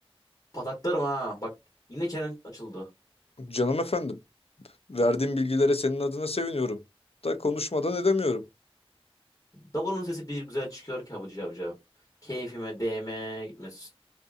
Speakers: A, on the left; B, on the left.
A: Pataklarım ha. Bak yine çenen açıldı.
B: Canım efendim. Verdiğim bilgilere senin adına seviniyorum. Da konuşmadan edemiyorum.
A: Davulun sesi bir güzel çıkıyor ki Hacı amca. Keyfime değme gitmesin.